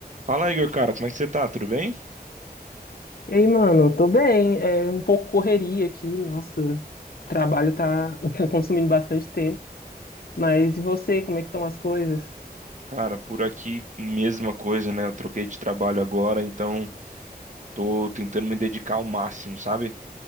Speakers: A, on the right; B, on the left.
A: Fala, Igor, cara, como é que você tá? Tudo bem?
B: E aí, mano, eu tô bem. É um pouco correria aqui, nossa, o trabalho tá, <laughs> tá consumindo bastante tempo. Mas e você, como é que estão as coisas?
A: Cara, por aqui, mesma coisa, né? Eu troquei de trabalho agora, então tô tentando me dedicar ao máximo, sabe?